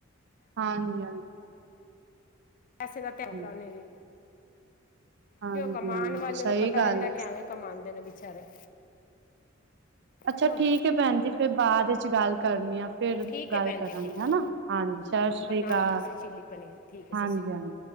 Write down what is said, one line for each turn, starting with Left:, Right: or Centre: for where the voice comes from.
Right: ਹਾਂਜੀ! ਹਾਂਜੀ!
Left: ਪੈਸੇ ਦਾ ਤੇ ਡਾਕਟਰਾਂ
Right: ਹਾਂਜੀ
Left: ਨੇ ਵੀ
Right: ਹਾਂਜੀ
Left: ਕਿ ਉਹ ਕਮਾਉਣ
Right: ਹਾਂਜੀ
Left: ਵਾਲੇ
Right: ਸਹੀ
Left: ਨੂੰ ਪਤਾ
Right: ਗੱਲ
Left: ਰਹਿੰਦਾ,
Right: ਹੈ
Left: ਕਿਵੇਂ ਕਮਾਉਂਦੇ ਨੇ ਵਿਚਾਰੇ।
Right: ਅੱਛਾ
Left: ਕਿਉਂ
Right: ਠੀਕ ਹੈ ਭੈਣ ਜੀ, ਫੇਰ ਬਾਅਦ ਇਚ ਗੱਲ ਕਰਨੀ ਆ। ਫਿਰ
Left: ਠੀਕ
Right: ਗੱਲ
Left: ਹੈ ਭੈਣ
Right: ਕਰਾਂਗੇ
Left: ਜੀ ਠੀਕ
Right: ਹੈਨਾ
Left: ਹੈ
Right: ਹਾਂਜੀ ਸਤਿ ਸ੍ਰੀ
Left: ਬਣਾਓ
Right: ਅਕਾਲ
Left: ਤੁਸੀਂ ਚਿੱਲੀ ਪਨੀਰ ਠੀਕ ਹੈ ਸਤਿ
Right: ਹਾਂਜੀ
Left: ਸ਼੍ਰੀ ਅਕਾਲ
Right: ਹਾਂਜੀ।